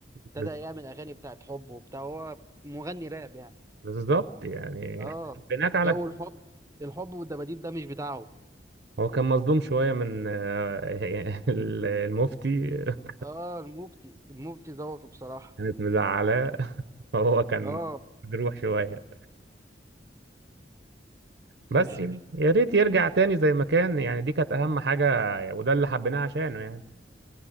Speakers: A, on the right (about 15°); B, on the right (about 65°).
A: ابتدى
B: بالظبط
A: يعمل اغاني بتاعت حب وبتاع هو مغني راب يعني
B: بالظبط يعني
A: اه
B: بناك على
A: جو الحب الحب والدباديب ده مش بتاعه
B: هو كان مصدوم شوية من آه، <laughs> ال- المفتي <laughs>
A: اه المفتي المفتي ظبطه بصراحة
B: كانت مزعلاه هو كان
A: اه
B: مجروح شوية
A: <laughs>
B: بس يا ريت يرجع تاني زي ما كان يعني دي كانت أهم حاجة وده اللي حبيناه عشانه يعني